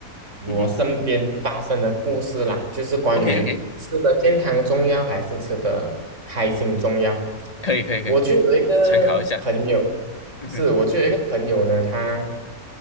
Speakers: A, on the right; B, on the left.
A: 我身边发生的故事啦，
B: 嗯哼
A: 就是关于吃的健康重要还是吃的开心重要。
B: ，OK OK，可以可以可以，
A: 我就有一个朋友，
B: 参考一下。嗯哼，
A: 是我就有一个朋友呢，他